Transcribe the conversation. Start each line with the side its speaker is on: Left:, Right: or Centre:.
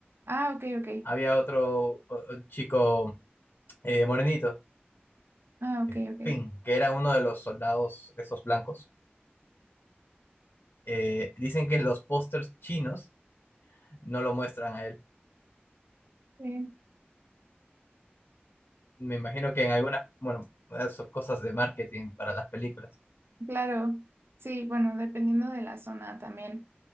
Right: Ah, ok, ok.
Left: Había otro o- o chico eh, morenito,
Right: Ah, ok,
Left: eh,
Right: ok.
Left: Finn, que era uno de los soldados esos blancos. Eh, dicen que los pósters chinos no lo muestran a él.
Right: Eh,
Left: Me imagino que en algunas, bueno, esas son cosas de marketing para las películas.
Right: claro, sí, bueno, dependiendo de la zona también